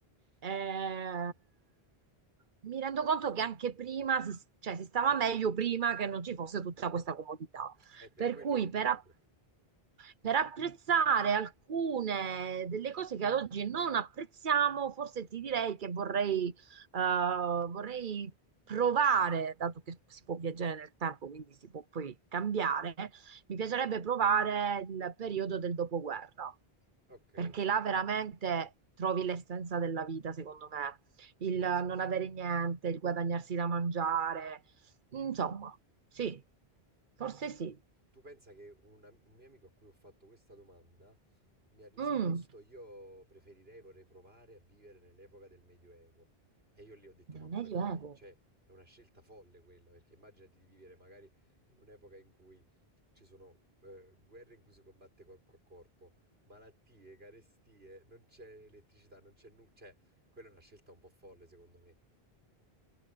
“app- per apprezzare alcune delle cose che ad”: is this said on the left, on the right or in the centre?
Right